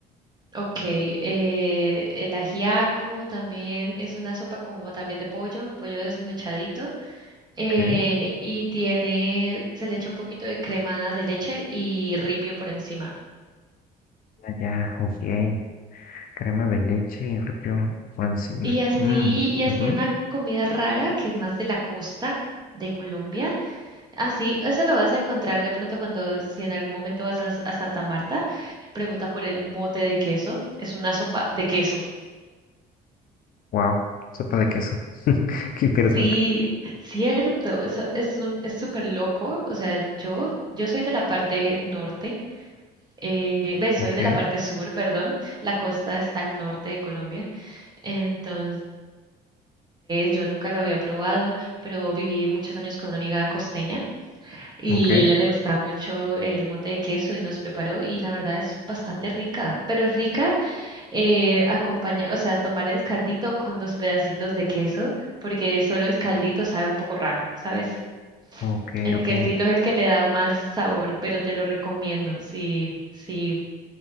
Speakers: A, on the right; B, on the left.
A: Ok, eh, el ajiaco también es una sopa como también de pollo, pollo desmechadito, eh,
B: Ok.
A: y tiene, se le echa un poquito de crema de leche y ripio por encima.
B: Ah, ya, ok. Crema de leche y repio por encima.
A: Y así,
B: Mm,
A: y así
B: ujú.
A: una comida rara que es más de la costa de Colombia. Así, eso lo vas a encontrar de pronto cuando, si en algún momento vas a, a Santa Marta, pregunta por el mote de queso. Es una sopa de queso.
B: Wow, sopa de queso. <laughs> Qué interesante.
A: Sí, cierto, eso es un, es súper loco, o sea, yo, yo soy de la parte norte, eh, ve, soy
B: Ok,
A: de la parte sur, perdón, la costa está al norte de Colombia, entonces yo nunca lo había probado, pero viví muchos años con una amiga costeña y
B: ok.
A: ella le gustaba mucho el mote de queso y nos preparó y la verdad es bastante rica, pero es rica eh, acompañar, o sea, tomar el caldito con los pedacitos de queso, porque solo el caldito sabe un poco raro, ¿sabes?
B: Ok,
A: El
B: ok.
A: quesito es el que le da más sabor, pero te lo recomiendo si, si